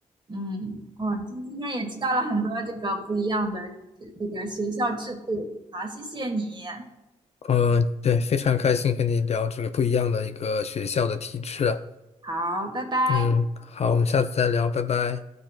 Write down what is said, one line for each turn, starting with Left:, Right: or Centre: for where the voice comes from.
Right: 嗯，我今今天也知道了很多这个不一样的这这个学校制度。好，谢谢你啊，
Left: 嗯，对，非常开心和你聊这个不一样的一个学校的体制。
Right: 好，拜拜。
Left: 嗯，好，我们下次再聊，拜拜。